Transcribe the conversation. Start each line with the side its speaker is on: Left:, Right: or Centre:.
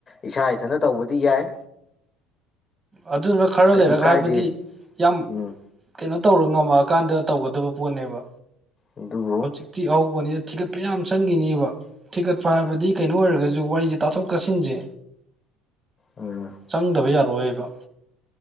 Left: ꯏꯁꯥ ꯏꯊꯟꯗ ꯇꯧꯕꯗꯤ ꯌꯥꯏ
Right: ꯑꯗꯨꯗꯨꯅ ꯈꯔ
Left: ꯀꯩꯁꯨ
Right: ꯂꯩꯔꯒ
Left: ꯀꯥꯏꯗꯦ
Right: ꯍꯥꯏꯕꯗꯤ ꯌꯥꯝ
Left: ꯎꯝ
Right: ꯀꯩꯅꯣ ꯇꯧꯔ ꯉꯝꯃꯛꯑꯀꯥꯟꯗ ꯇꯧꯒꯗꯕ ꯄꯣꯠꯅꯦꯕ
Left: ꯑꯗꯨꯕꯨ
Right: ꯍꯧꯖꯤꯛꯇꯤ ꯑꯍꯧꯕꯅꯤꯅ ꯊꯤꯒꯠ ꯄꯌꯥꯝ ꯆꯪꯒꯤꯅꯤꯕ ꯊꯤꯀꯠꯄ ꯍꯥꯏꯕꯗꯤ ꯀꯩꯅꯣ ꯑꯣꯏꯔꯒꯁꯨ ꯋꯥꯔꯤꯁꯦ ꯇꯥꯊꯣꯛ ꯇꯥꯁꯤꯟꯁꯦ
Left: ꯎꯝ
Right: ꯆꯪꯗꯕ ꯌꯥꯔꯛꯑꯣꯏꯕ